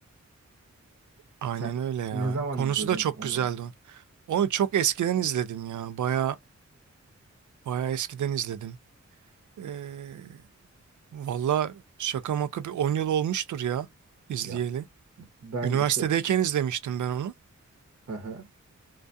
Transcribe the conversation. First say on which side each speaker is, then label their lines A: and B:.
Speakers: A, on the right (about 75°); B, on the right (about 55°).
A: Aynen
B: Sen
A: öyle ya.
B: ne zaman
A: Konusu
B: izledin
A: da çok
B: onu?
A: güzeldi. onun. Onu çok eskiden izledim ya. Baya baya eskiden izledim. Ee, valla şaka maka bir 10 yıl olmuştur ya izleyeli.
B: Ya ben
A: Üniversitedeyken
B: işte
A: izlemiştim ben onu.
B: hı hı.